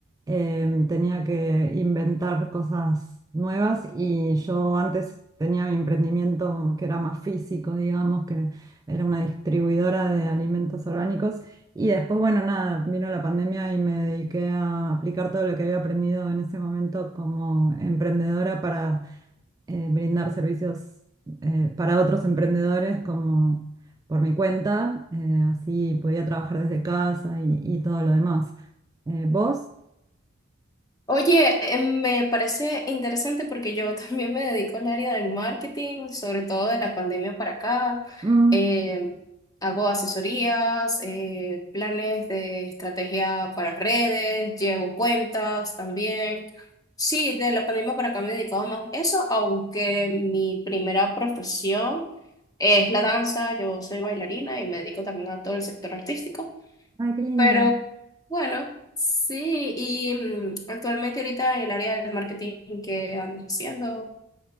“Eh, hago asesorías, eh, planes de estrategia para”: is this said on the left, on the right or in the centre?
Left